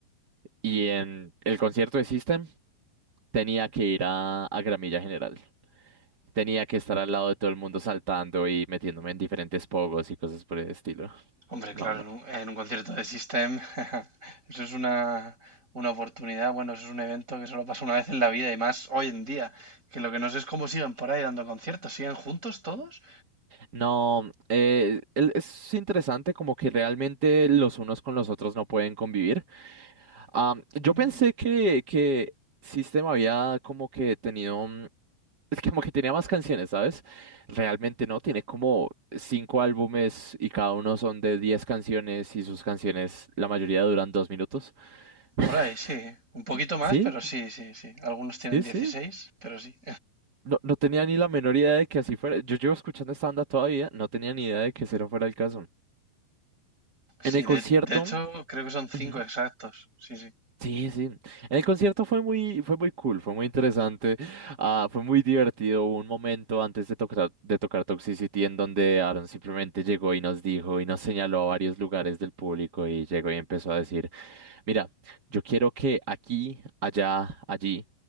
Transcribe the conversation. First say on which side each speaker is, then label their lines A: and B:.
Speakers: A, on the right (about 40°); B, on the right (about 20°).
A: Y en el concierto de System tenía que ir a, a Gramilla General. Tenía que estar al lado de todo el mundo saltando y metiéndome en diferentes pogos y cosas por el estilo.
B: Hombre,
A: No,
B: claro,
A: no.
B: en un, en un concierto de System, <laughs> eso es una, una oportunidad, bueno, eso es un evento que solo pasa una vez en la vida y más hoy en día, que lo que no sé es cómo siguen por ahí dando conciertos, ¿siguen juntos todos?
A: No, eh, el- es interesante como que realmente los unos con los otros no pueden convivir. Am, yo
B: Mm,
A: pensé que, que System había como que tenido, mm, es que como que tenía más canciones, ¿sabes? Realmente no, tiene como cinco álbumes y cada uno son de diez canciones y sus canciones, la mayoría duran dos minutos. <laughs>
B: Por ahí, sí, un poquito más,
A: Sí,
B: pero sí, sí, sí. Algunos tienen
A: sí,
B: 16,
A: sí.
B: pero sí.
A: No, no tenía ni la menor idea de que así fuera. Yo llevo escuchando esta banda todavía, no tenía ni idea de que ese no fuera el caso. En
B: Sí,
A: el
B: de,
A: concierto...
B: de hecho creo que son cinco
A: Ujú.
B: exactos. Sí, sí.
A: Sí, sí. El concierto fue muy, fue muy cool, fue muy interesante, ah, fue muy divertido. Hubo un momento antes de tocar, de tocar Toxicity en donde Aaron simplemente llegó y nos dijo y nos señaló a varios lugares del público y llegó y empezó a decir, mira, yo quiero que aquí, allá, allí,